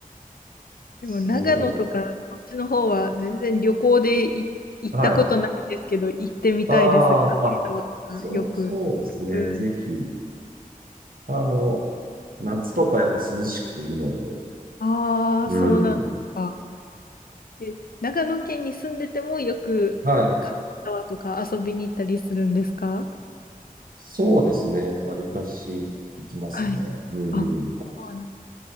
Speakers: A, on the left (about 80°); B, on the right (about 75°).
A: でも長野とかそっちの方は全然旅行でい行ったことないんですけど、
B: そう。はい。
A: 行ってみたいです。
B: ああ、
A: 軽井沢とかよく。
B: あ、そう、そうですね。
A: うん、
B: ぜひ。あの、夏とかやっぱ涼しくていいので。
A: ああ、
B: うん。
A: そうなんですか。え、長野県に住んでてもよく軽井沢とか遊びに行ったりするんですか
B: はい。そうですね。わりかし行きますね。
A: はい。
B: うんうん。
A: あ、そうなん